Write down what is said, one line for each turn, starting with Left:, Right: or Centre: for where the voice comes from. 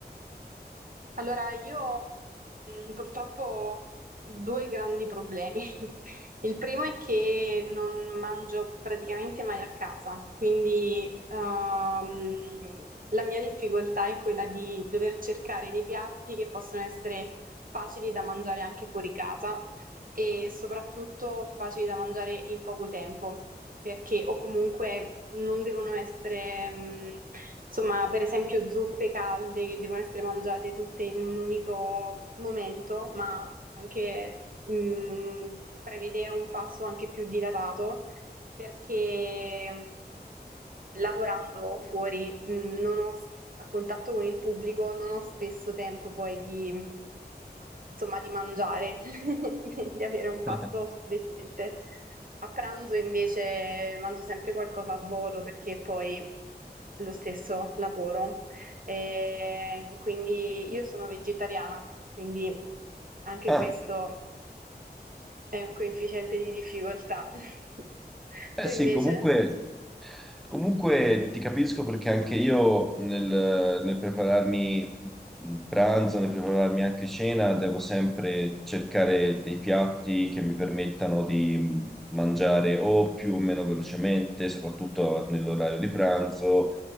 Right: Allora, io ehm, purtroppo ho due grandi problemi. <laughs> Il primo è che non mangio praticamente mai a casa, quindi ehm, la mia difficoltà è quella di dover cercare dei piatti che possono essere facili da mangiare anche fuori casa e soprattutto facili da mangiare in poco tempo. perché o comunque non devono essere, mh, insomma, per esempio zuppe calde che devono essere mangiate tutte in un unico momento, ma anche mh, prevedere un passo anche più dilatato perché mh, lavorando fuori mh, non ho s- a contatto con il pubblico, non ho spesso tempo poi di, insomma, di mangiare, <laughs> di, di avere un pasto
Centre: <laughs>
Right: decente. A pranzo invece mangio sempre qualcosa al volo perché poi lo stesso lavoro. E quindi io sono vegetariana, quindi anche
Centre: Ah,
Right: questo è un coefficiente di difficoltà. <laughs>
Centre: eh
Right: Tu
Centre: sì,
Right: invece?
Centre: comunque. Comunque ti capisco perché anche io nel, nel prepararmi il pranzo, nel prepararmi anche cena, devo sempre cercare dei piatti che mi permettano di mangiare o più o meno velocemente, soprattutto nell'orario di pranzo.